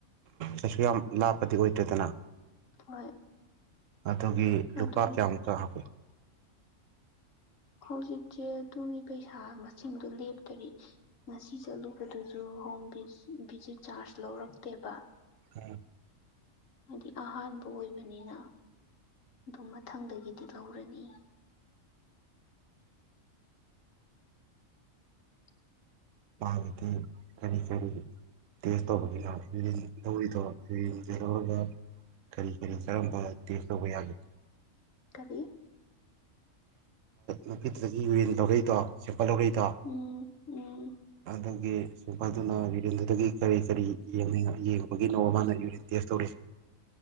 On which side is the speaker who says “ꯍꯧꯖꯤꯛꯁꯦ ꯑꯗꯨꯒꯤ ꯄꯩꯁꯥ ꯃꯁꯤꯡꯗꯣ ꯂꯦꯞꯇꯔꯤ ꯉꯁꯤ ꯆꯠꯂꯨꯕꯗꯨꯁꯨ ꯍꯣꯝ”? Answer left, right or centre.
Left